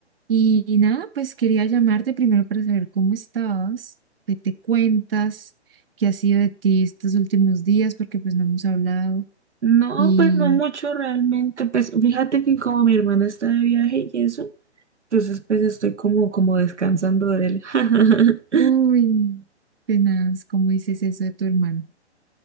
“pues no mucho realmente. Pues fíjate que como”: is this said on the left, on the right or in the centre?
Right